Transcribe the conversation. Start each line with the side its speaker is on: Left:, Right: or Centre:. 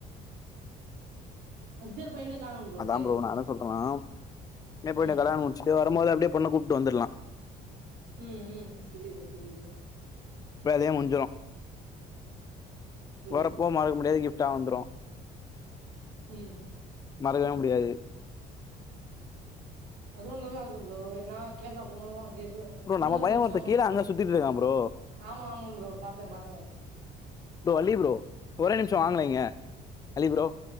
Right: ஐய்யர் பையன காணோம்
Left: அதா
Right: இங்க.
Left: ப்ரோ நான் என்ன சொல்றேனா இப்டியே போய்டு
Right: ம்,
Left: கல்யாணம் முடிச்சுட்டு வரும்போது அப்படியே பொண்ணு கூப்ட்டு வந்துரலா
Right: ம் ம் புரியது பரியது
Left: வேலையே முடிஞ்சிரு
Right: புரியுது.
Left: வரப்போ மறக்க முடியாது கிஃப்ட்டா வந்துரு
Right: ம்
Left: மறக்கவே முடியாது
Right: அதுவு நல்லா இருக்கு ப்ரோ ஏன்னா கேரளா போவ்ணு ங்க இருக்க
Left: ப்ரோ
Right: பொண்ண
Left: நம்ம பைய
Right: புடிச்சோ
Left: ஒருத்த கீழ அங்க சுத்திட்டு இருக்கா ப்ரோ
Right: ஆமா ஆமா ப்ரோ பாத்தே பாத்தே
Left: ப்ரோ அள்ளி ப்ரோ ஒரே நிமிஷ வாங்கலே இங்க அலி ப்ரோ